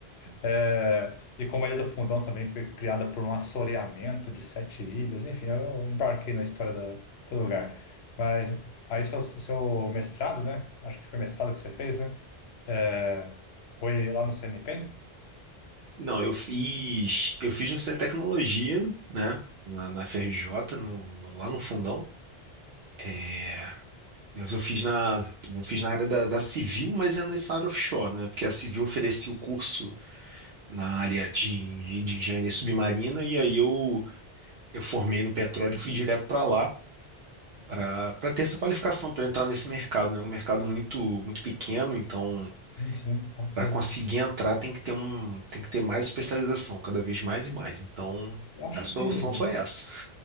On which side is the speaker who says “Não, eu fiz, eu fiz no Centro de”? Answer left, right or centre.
Right